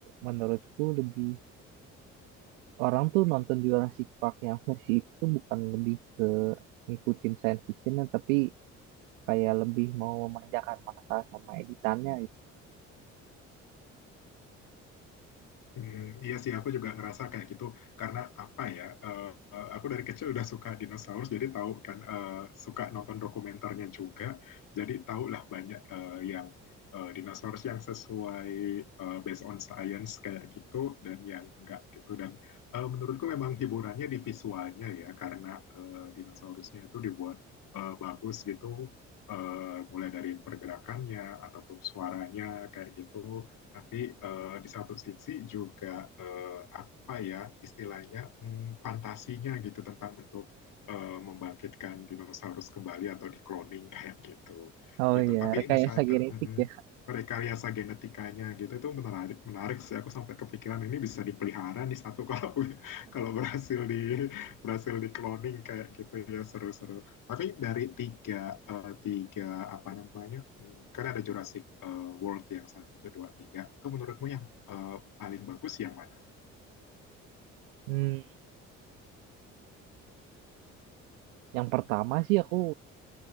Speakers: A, on the right; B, on the left.
A: menurutku lebih orang tuh nonton Jurassic Park yang versi itu tuh bukan lebih ke ngikutin science fiction tapi kayak lebih mau memanjakan mata sama editannya gitu.
B: Hmm, iya sih, aku juga ngerasa kayak gitu karena apa ya? eh, eh, aku dari kecil udah suka dinosaurus, jadi tahu kan eh, suka nonton dokumenternya juga, jadi tahu lah banyak eh, yang eh, dinosaurus yang sesuai eh, based on science kayak gitu dan yang enggak gitu. Dan eh, menurutku memang hiburannya di visualnya ya, karena eh, dinosaurusnya itu dibuat eh, bagus gitu, eh, mulai dari pergerakannya ataupun suaranya kayak gitu. Tapi eh, di satu sisi juga eh, apa ya istilahnya mm, fantasinya gitu tentang untuk eh, membangkitkan dinosaurus kembali atau di cloning <laughs> kayak gitu.
A: Oh
B: Gitu.
A: iya,
B: Tapi
A: rekayasa
B: misalnya
A: genetik
B: eh, mm,
A: ya.
B: rekayasa genetikanya gitu itu menarik menarik sih aku sampai kepikiran ini bisa dipelihara nih satu kalau <laughs> kalau berhasil di berhasil di cloning kayak gitu ya seru-seru tapi dari tiga, eh, tiga apa namanya, hmm, kan ada Jurassic eh, World yang satu, dua, tiga. Itu menurutmu yang eh, paling bagus yang mana?
A: Hmm. Yang pertama sih aku